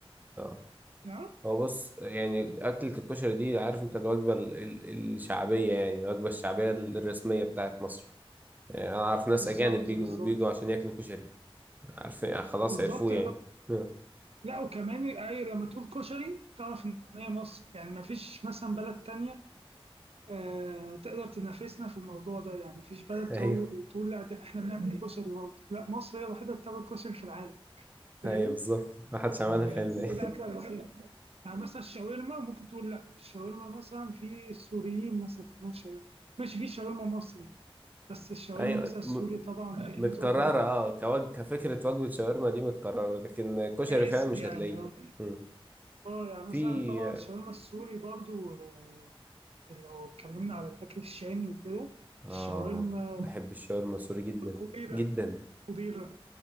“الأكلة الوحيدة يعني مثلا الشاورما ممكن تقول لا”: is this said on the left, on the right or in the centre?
Right